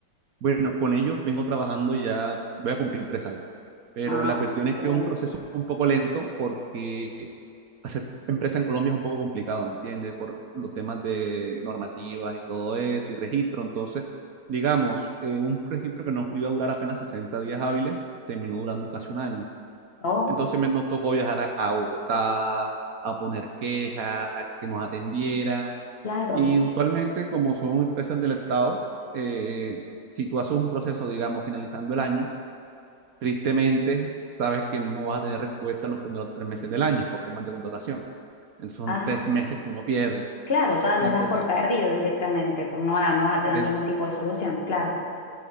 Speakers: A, on the right (about 65°); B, on the left (about 35°).
A: Bueno, con ellos vengo trabajando y ya voy a cumplir tres años, pero
B: Ah,
A: la cuestión es
B: bueno.
A: que es un proceso un poco lento porque hacer empresa en Colombia es un poco complicado, ¿me entiendes? Por los temas de normativas y todo eso, y registro. Entonces, digamos, eh, un registro que nos iba a durar apenas 60 días hábiles, terminó durando casi un año.
B: Oh,
A: Entonces me nos tocó viajar a, a Bogotá, a poner quejas, a que nos atendieran.
B: claro.
A: Y usualmente, como son empresas del Estado, eh, si tú haces un proceso, digamos, finalizando el año, tristemente sabes que no vas a tener respuesta los primeros tres meses del año por temas de contratación. Entonces son
B: Ah.
A: tres meses que uno pierde.
B: Claro, ya los
A: Entonces,
B: das por perdido directamente, por no, va- no vas a tener
A: te-
B: ningún tipo de solución. Claro,